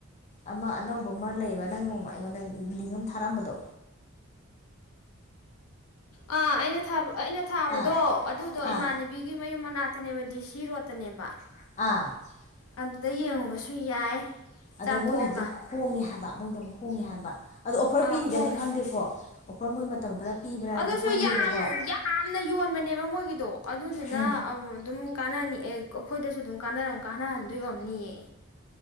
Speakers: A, on the left; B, on the left.
A: ꯑꯃ ꯑꯅꯧꯕ ꯑꯃ ꯂꯩꯌꯦꯕ ꯅꯪ ꯅꯣꯡꯃ ꯑꯩꯉꯣꯟꯗ ꯂꯤꯡ ꯑꯃ ꯊꯥꯔꯛ ꯑꯝꯕꯗꯣ
B: ꯑꯥ ꯑꯩꯅ ꯊꯥꯕ ꯑꯩꯅ ꯊꯥꯕꯗꯣ
A: ꯑꯥ
B: ꯑꯗꯨꯗꯣ
A: ꯑꯥ
B: ꯏꯃꯥꯟꯅꯕꯤꯒꯤ ꯃꯌꯨꯝ ꯃꯅꯥꯛꯇ ꯇꯅꯦꯕ ꯗꯤ ꯁꯤ ꯔꯣꯗꯇꯅꯦꯕ
A: <unintelligible>
B: ꯑꯗꯨꯗꯩ ꯌꯦꯡꯉꯨꯕꯁꯨ ꯌꯥꯏ ꯆꯥꯛ
A: ꯑꯗꯣ
B: ꯇꯣꯛꯑꯒ
A: ꯃꯣꯏꯒꯤꯗꯨ ꯍꯣꯡꯉꯦ ꯍꯥꯏꯕ ꯃꯣꯏꯗꯣ ꯍꯣꯡꯉꯦ ꯍꯥꯏꯕ ꯑꯗꯣ ꯑꯣꯐꯔ
B: ꯑꯥ
A: ꯄꯤꯔꯤꯔꯗꯤ
B: ꯍꯣꯡꯉꯦ
A: ꯈꯪꯗꯦꯀꯣ ꯑꯣꯐꯔ ꯃꯣꯏ ꯃꯇꯝ ꯈꯔ ꯄꯤꯕ꯭ꯔꯥꯗꯤ
B: ꯑꯗꯨꯁꯨ
A: ꯈꯪꯗꯦꯕꯀꯣ
B: ꯌꯥꯝ ꯌꯥꯝꯅ ꯌꯣꯟꯕꯅꯦꯕ ꯃꯣꯏꯒꯤꯗꯣ ꯑꯗꯨꯗꯨꯅ
A: ꯎꯝ
B: ꯑꯗꯨꯝ ꯀꯥꯟꯅꯅꯤ ꯑꯦ ꯑꯩꯈꯣꯏꯗꯁꯨ ꯑꯗꯨꯝ ꯀꯥꯟ ꯀꯥꯟꯅꯍꯟꯗꯣꯏ ꯑꯣꯢꯔꯝꯅꯤꯌꯦ